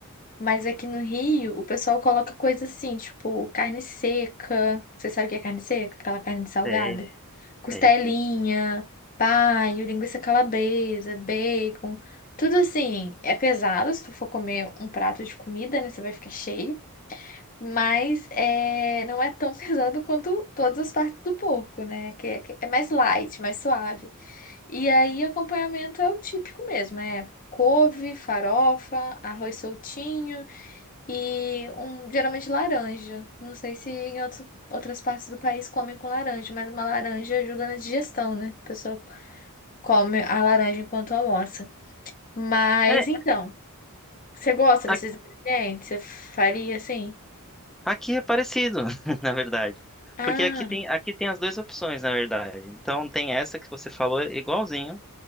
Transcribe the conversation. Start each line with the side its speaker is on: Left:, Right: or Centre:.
Left: Mas aqui no Rio, o pessoal coloca coisa assim, tipo carne seca. Você sabe o que é carne seca? Aquela carne de salgada?
Centre: Sei,
Left: É. Costelinha,
Centre: sei.
Left: paio, linguiça calabresa, bacon. Tudo assim, é pesado. Se tu for comer um prato de comida, né, você vai ficar cheio. Mas é, não é tão <laughs> pesado quanto todas as partes do porco, né? Que é, que é mais light, mais suave. E aí, acompanhamento é o típico mesmo, é couve, farofa, arroz soltinho. E um, geralmente laranja. Não sei se em outros, outras partes do país comem com laranja, mas uma laranja ajuda na digestão, né? A pessoa come a laranja enquanto almoça. Mas
Centre: É,
Left: então, você gosta desses
Centre: a-
Left: ingredientes? Você faria assim?
Centre: aqui é parecido, <laughs> na verdade.
Left: Ah,
Centre: Porque aqui tem, aqui tem as duas opções, na verdade. Então tem essa que você falou é igualzinho.